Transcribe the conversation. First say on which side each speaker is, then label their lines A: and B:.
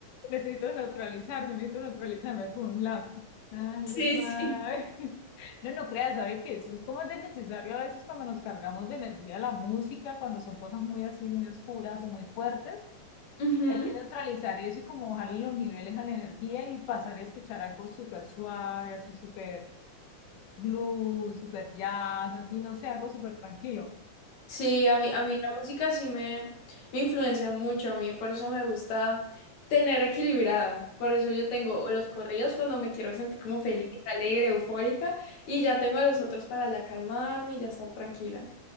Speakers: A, on the left; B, on the left.
A: Necesito neutralizarme, necesito neutralizarme con un lado algo
B: Sí,
A: suave.
B: sí.
A: <laughs> No, no creas, ¿sabe que Eso es como de necesario a veces cuando nos cargamos de energía la música, cuando son cosas muy así, muy oscuras o muy fuertes,
B: Ujú.
A: Hay que neutralizar eso y como bajarle los niveles a la energía y pasar a escuchar algo súper suave, así súper blues, súper jazz, así, no sé, algo súper tranquilo.
B: Sí, a mí, a mí la música sí me, me influencia mucho, a mí por eso me gusta tener equilibrado, por eso yo tengo o los corridos cuando me quiero sentir como feliz, alegre, eufórica, y ya tengo a los otros para ya calmarme y ya estar tranquila.